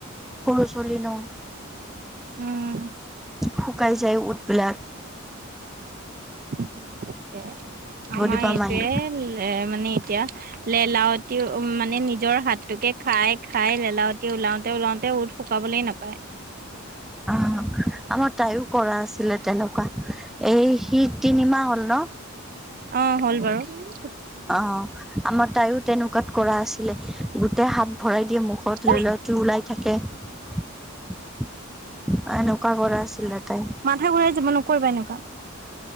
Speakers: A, in the centre; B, on the right (about 45°).
A: সৰু ছোৱালী ন ।
B: উম।
A: শুকাই যায় উথবিলাক
B: উ তাকে আমাৰ
A: দিবা
B: এইটয়ে
A: মাহী
B: এ মানে এতিয়া লেলাৱতি উ মানে নিজৰ হাতটোকে খাই খাই লেলাৱতি ওলাওতে ওলাওতে উথ শুকাবলে নাপায়
A: অ আমাৰ তাইও কৰা আছিলে তেনেকুৱা এই সি তিনিমাহ হ'ল ন
B: অ হ'ল বাৰু
A: অ আমাৰ তাইও তেনেকুৱাত কৰা আছিলে গোটেই হাত ভৰাই মুখত
B: ঐ
A: লেলাউতি ওলাই থাকে আৰু এনকা কৰা আছিলে তাই
B: মাথা ঘূৰাই যাব নকৰিবা এনেকুৱা